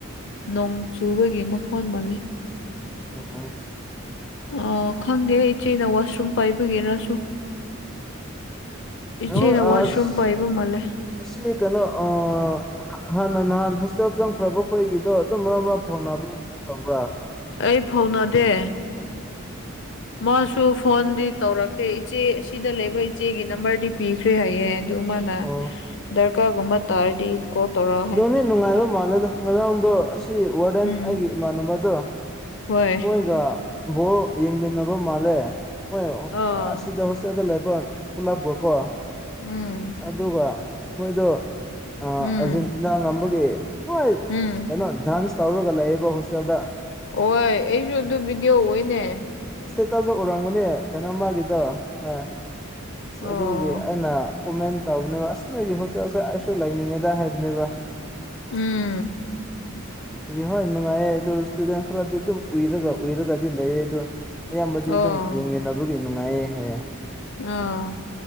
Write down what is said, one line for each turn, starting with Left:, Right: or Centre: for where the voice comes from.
Left: ꯅꯣꯡ ꯆꯨꯕꯒꯤ ꯃꯈꯣꯟ ꯃꯥꯜꯂꯤ
Centre: <unintelligible>
Left: ꯑ ꯈꯪꯗꯦ ꯏꯆꯦꯅ ꯋꯥꯁꯔꯨꯝ ꯄꯥꯏꯕꯒꯤꯔꯁꯨ ꯏꯆꯦꯅ
Centre: ꯑꯍꯣꯏ
Left: ꯋꯥꯁꯔꯨꯝ
Centre: ꯑꯁ
Left: ꯄꯥꯏꯕ ꯃꯥꯂꯦ
Centre: ꯑꯁꯤ ꯀꯩꯅꯣ ꯑ ꯍꯥꯟꯅ ꯅꯍꯥꯟ ꯍꯣꯁꯇꯦꯜ ꯆꯪꯈ꯭ꯔꯕ ꯈꯣꯏꯒꯤꯗꯣ ꯑꯗꯨꯝ ꯃꯔꯛ ꯃꯔꯛ ꯐꯥꯎꯅꯕ <unintelligible> ꯀꯃꯥꯏꯟ ꯇꯧꯕ꯭ꯔꯥ
Left: ꯑꯩ ꯐꯧꯅꯗꯦ ꯃꯥꯁꯨ ꯐꯣꯟꯗꯤ ꯇꯧꯔꯛꯇꯦ ꯏꯆꯦ ꯑꯁꯤꯗ ꯂꯩꯕ ꯏꯆꯦꯒꯤ ꯅꯝꯕꯔꯗꯤ ꯄꯤꯈ꯭ꯔꯦ ꯍꯥꯏꯌꯦ ꯑꯗꯨ ꯃꯥꯅ
Centre: ꯑꯣ
Left: ꯗꯔꯀꯥꯔꯒꯨꯝꯕ ꯇꯥꯔꯗꯤ ꯀꯣꯜ ꯇꯧꯔꯛ
Centre: ꯗꯣꯅꯤ ꯅꯨꯡꯉꯥꯏꯕ ꯃꯥꯜꯂꯦꯗ ꯉꯔꯥꯡꯗꯣ ꯑꯁꯤ ꯋꯥꯔꯗꯦꯟ
Left: ꯎꯝ
Centre: ꯑꯩꯒꯤ ꯏꯃꯥꯟꯅꯕꯗꯨ
Left: ꯍꯣꯏ
Centre: ꯃꯣꯏꯒ ꯕꯣꯜ ꯌꯦꯡꯃꯤꯟꯅꯕ ꯃꯥꯜꯂꯦ ꯃꯣꯏ
Left: ꯑꯥ
Centre: ꯑ ꯑꯁꯤꯗ <unintelligible> ꯗ ꯂꯩꯕ ꯄꯨꯂꯞꯒꯀꯣ
Left: ꯎꯝ
Centre: ꯑꯗꯨꯒ ꯃꯣꯏꯗꯣ ꯑꯥꯔꯖꯦꯟꯇꯤꯅꯥ
Left: ꯎꯝ
Centre: ꯉꯝꯕꯒꯤ ꯅꯣꯏ
Left: ꯎꯝ
Centre: ꯀꯩꯅꯣ ꯗꯥꯟꯁ ꯇꯧꯔꯒ ꯂꯩꯌꯦꯕ ꯍꯣꯁꯇꯦꯜꯗ
Left: ꯍ ꯑꯩꯁꯨ ꯑꯗꯨ ꯚꯤꯗꯤꯑꯣ ꯑꯣꯏꯅꯦ
Centre: ꯑꯁꯇꯦꯇꯥꯁꯨ ꯎꯔꯝꯒꯅꯦ ꯀꯩꯅꯣ ꯃꯥꯒꯤꯗꯣ ꯍ ꯑꯁ
Left: ꯑꯣ
Centre: ꯑꯗꯨꯒꯤ ꯑꯩꯅ ꯀꯣꯃꯦꯟ ꯇꯧꯕꯅꯦꯕ ꯑꯁ ꯅꯣꯏꯒꯤ ꯍꯣꯠꯠꯠꯁꯦ ꯑꯩꯁꯨ ꯂꯥꯏꯅꯤꯡꯉꯦꯗ ꯍꯥꯏꯕꯅꯦꯕ
Left: ꯎꯝ
Centre: ꯑꯗꯨꯒꯤ ꯍꯣꯏ ꯅꯨꯡꯉꯥꯏꯌꯦ ꯑꯗꯨꯇꯨꯗꯪ ꯈꯔꯗꯤ ꯑꯗꯨꯝ ꯎꯏꯔꯒ ꯎꯏꯔꯒꯗꯤ ꯂꯩꯌꯦ ꯑꯗꯣ ꯑꯌꯥꯝꯕꯗꯤ
Left: ꯑꯣ
Centre: ꯑꯗꯨꯝ ꯌꯦꯡꯃꯤꯟꯅꯕ ꯒ ꯅꯨꯡꯉꯥꯏ ꯍꯦ
Left: ꯑꯥ